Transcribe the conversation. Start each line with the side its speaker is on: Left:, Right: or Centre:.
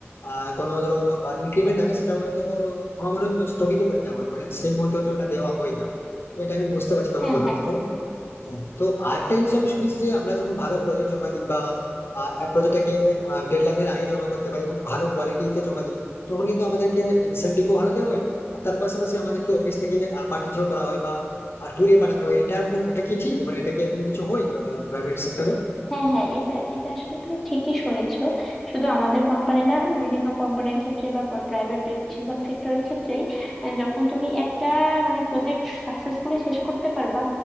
Left: আহ কোনো ধরো ইনক্রিমেন্ট থাকে সেটা হয়তো আমার মনে হয় স্থগিত করে দেওয়া হয় মানে সেই মুহূর্তে হয়তো ওটা দেওয়া হয় না তো এটা আমি বুঝতে পারছি তোমার
Centre: হ্যাঁ
Left: কথা
Centre: হ্যাঁ
Left: মতো হ্যাঁ, তো আরেকটা জিনিস আমি শুনেছি যে আমরা যখন ভালো প্রজেক্ট জমা দিই বা আহ, এক প্রজেক্টটাকে ডেডলাইনের আগে জমা করতে পারি এবং ভালো কোয়ালিটিতে জমা দিই তখন কিন্তু আমাদেরকে ইনসেন্টিভও ভালো দেওয়া হয় আর তার পাশাপাশি আমাদেরকে অফিস থেকে পার্টি থ্রো করা হয় বা ট্যুরে পাঠানো হয় এটা এটা কি ঠিক মানে এটা কি এরকম কিছু হয় প্রাইভেট সেক্টরে
Centre: হ্যাঁ হ্যাঁ এটা এটা আসলে তুমি ঠিকই শুনেছো শুধু আমাদের কোম্পানি না বিভিন্ন কোম্পানির ক্ষেত্রে বা প্রাইভেট বেশিরভাগ সেক্টরের ক্ষেত্রেই আহ, যখন তুমি একটা মানে প্রজেক্ট সাকসেসফুলি শেষ করতে পারবা